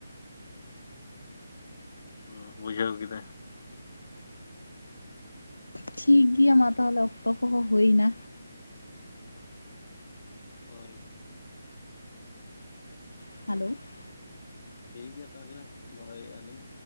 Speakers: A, on the left (about 40°); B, on the left (about 70°).
A: ᱦᱩᱸ ᱵᱩᱡᱷᱟᱹᱣ ᱠᱮᱫᱟ᱾
B: ᱴᱷᱤᱠ ᱜᱮᱭᱟ ᱢᱟ ᱛᱟᱦᱚᱞᱮ ᱚᱠᱛᱚ ᱠᱚ ᱦᱚᱸ ᱦᱩᱭᱱᱟ᱾
A: ᱦᱳᱭ
B: <inaudible>
A: ᱴᱷᱤᱠ ᱜᱮᱭᱟ ᱛᱟᱦᱚᱞᱮ ᱫᱚᱦᱚᱭ ᱮᱜ ᱟᱹᱞᱤᱧ